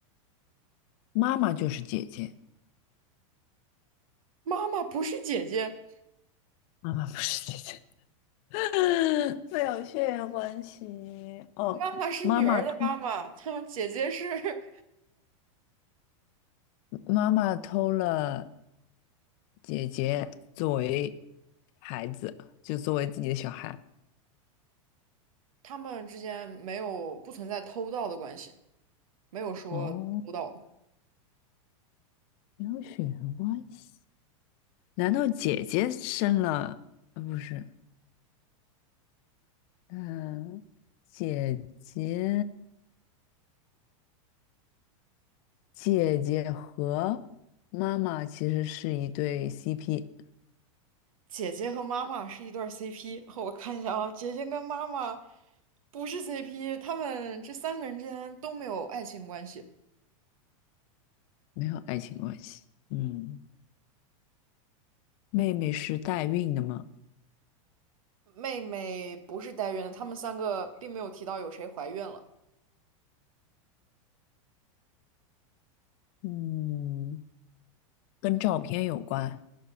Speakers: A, on the left (about 40°); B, on the right (about 85°).
A: 妈妈就是姐姐，
B: 妈妈不是姐姐，
A: 妈妈不是姐姐。<laughs> 没有血缘关系。哦，
B: 妈妈是女儿的妈妈，
A: 妈妈偷，
B: <laughs> 她姐姐是，
A: 妈妈偷了姐姐作为孩子，就作为自己的小孩。
B: <laughs> 他们之间没有不存在偷盗的关系，没有说偷盗。
A: 哦，没有血缘关系？难道姐姐生了？呃，不是，嗯、姐姐，姐姐和妈妈其实是一对 CP，
B: 姐姐和妈妈是一对儿 CP，<laughs> 我看一下啊，姐姐跟妈妈不是 CP，他们这三个人之间都没有爱情关系。
A: 没有爱情关系。嗯，妹妹是代孕的吗？
B: 妹妹不是代孕的，他们三个并没有提到有谁怀孕了。
A: 嗯。跟照片有关。